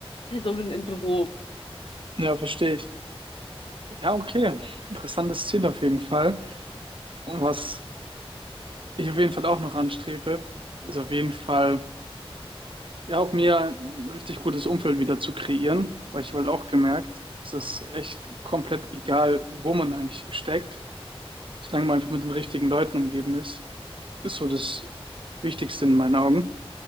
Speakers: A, on the left; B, on the right.
A: Personen im Büro.
B: Ja, verstehe ich. Ja, okay. Interessantes Ziel auf jeden Fall. Und was ich auf jeden Fall auch noch anstrebe, ist auf jeden Fall, ja, auch mir ein richtig gutes Umfeld wieder zu kreieren, weil ich habe halt auch gemerkt, dass es echt komplett egal, wo man eigentlich steckt, solange man einfach mit den richtigen Leuten umgeben ist, ist so das Wichtigste in meinen Augen.